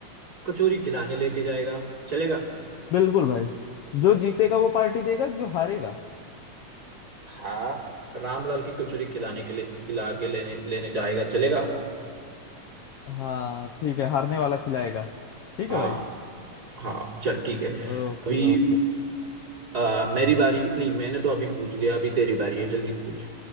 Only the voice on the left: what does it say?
बिल्कुल भाई जो जीतेगा वो पार्टी देगा जो हारेगा
हाँ ठीक है हारने वाला खिलाएगा ठीक
है भाई
Okay
okay